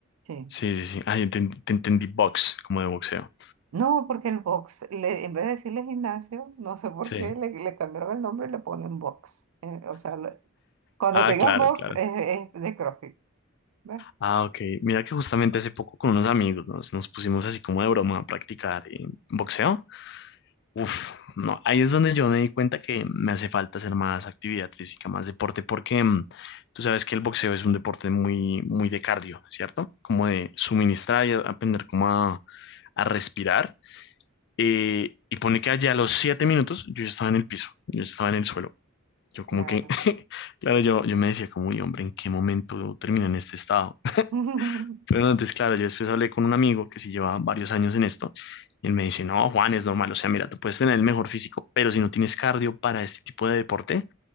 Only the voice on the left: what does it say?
sí, sí, sí, ah, yo te, te entendí box, como de boxeo.
Sí,
ah,
claro,
claro.
Ah, ok. Mira que justamente hace poco con unos amigos nos, nos pusimos así como de broma a practicar eh, boxeo. Uf, no, ahí es donde yo me di cuenta que me hace falta hacer más actividad física, más deporte, porque mm, tú sabes que el boxeo es un deporte muy, muy de cardio, ¿cierto? Como de suministrar y a- aprender como a, a respirar. Eh, y pone que allá a los siete minutos yo ya estaba en el piso, yo ya estaba en el suelo. Yo como
que, <laughs> claro, yo, yo me decía como, "Uy, hombre, ¿en qué momento termina en este estado?
Pero no, entonces, claro, yo después hablé con un amigo que sí lleva varios años en esto, y él me dice, no, Juan, es normal, o sea, mira, tú puedes tener el mejor físico, pero si no tienes cardio para este tipo de deporte,